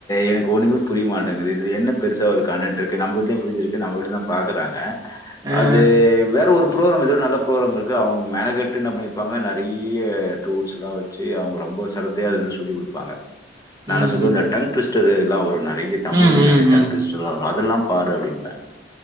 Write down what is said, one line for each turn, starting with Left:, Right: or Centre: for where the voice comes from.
Left: எனக்கு ஒண்ணுமே புரியமாட்ட‌ங்குது இது என்ன பெருசா ஒரு கண்டடென்டு கு நம்ம வீட்லயு ஃபிரிஜ் இருக்கு நம்ம வீட்டில தா பாக்குறாங்க
Right: அ
Left: அது வேற ஒருப் ப்ரோக்ராம் எதோட நல்ல ப்ரோக்ராம் இருக்கு அவங்க மெனகெட்டு என்ன பண்ணிருப்பாங்க நெறைய டூல்ஸ் எல்லா வச்சு அவங்க ரொம் போ சேரத்தையா இருந்து சொல்லிக் குடுப்பாங்க நா என்னா
Right: ம்
Left: சொல்றது
Right: ம்
Left: இந்த டங் டுவிஸ்டர் எல்லா வரு நெறைய தமிழ்லயே
Right: ம்
Left: நெறைய
Right: ம்
Left: டங்
Right: ம்
Left: டுவிஸ்டர்லா வரு அதெல்லா பாரு அப்டிம்பே